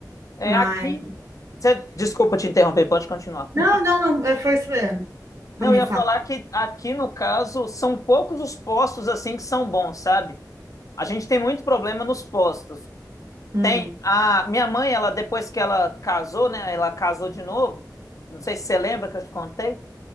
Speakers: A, on the left; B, on the right.
A: é
B: Mas
A: aqui. Cê- desculpa te interromper, pode continuar.
B: não,
A: <laughs>
B: não, não, é, foi isso mesmo.
A: Não,
B: Me
A: eu ia
B: fala.
A: falar que aqui no caso são poucos os postos assim que são bons, sabe? A gente tem muito problema nos postos.
B: Hum.
A: Tem a minha mãe, ela depois que ela casou, né, ela casou de novo. Não sei se você lembra que eu te contei.